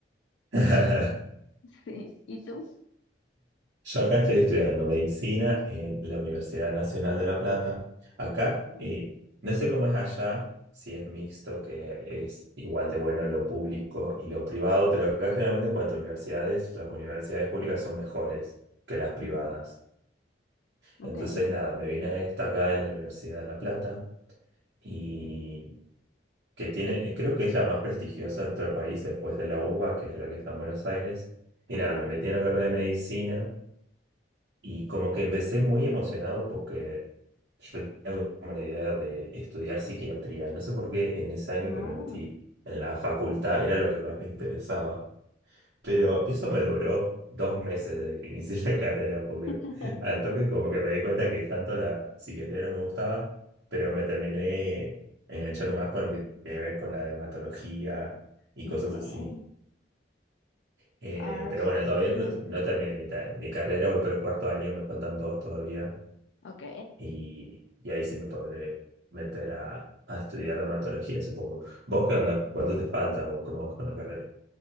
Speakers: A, on the right (about 75°); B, on the left (about 85°).
A: <laughs>
B: Sí. ¿Y tú?
A: Yo acá estoy estudiando medicina en la Universidad Nacional de La Plata. Acá,
B: Sí.
A: eh, no sé cómo es allá, si es mixto, que es igual de bueno lo público y lo privado, pero acá generalmente en cuanto a universidades, las universidades públicas son mejores que las privadas.
B: Ujú. Ok,
A: Entonces, nada, me vine a esta acá en la Universidad de La Plata y que tiene, creo que es la más prestigiosa en todo el país después de la UBA, que es la que está en Buenos Aires. Y
B: ok.
A: nada, me metí en la carrera de medicina. Y como que empecé muy emocionado porque yo tenía como la idea de estudiar psiquiatría. No sé por qué en ese año
B: No,
A: que me metí en la facultad era lo que más me interesaba. Pero eso me duró dos meses desde que inicié la <laughs> carrera, porque
B: <laughs>
A: al toque como que me di cuenta que tanto la psiquiatría no me gustaba, pero me terminé enganchando más con lo que tiene que ver con la dermatología y
B: ok.
A: cosas así. Eh,
B: Ay,
A: pero bueno, todavía
B: qué bien.
A: no, no terminé mi, ta- mi carrera, voy por el cuarto año, me faltan dos todavía
B: Ok.
A: y, y ahí sí me podré meter a, a estudiar dermatología, supongo. ¿Vos qué onda? ¿Cuánto te falta o cómo vas con la carrera?